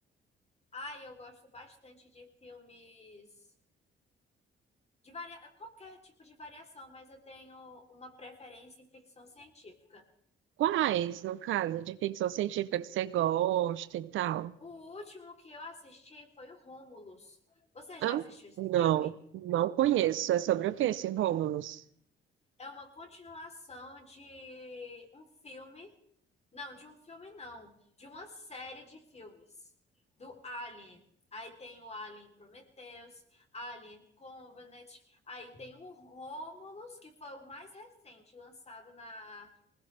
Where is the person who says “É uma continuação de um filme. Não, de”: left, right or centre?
Left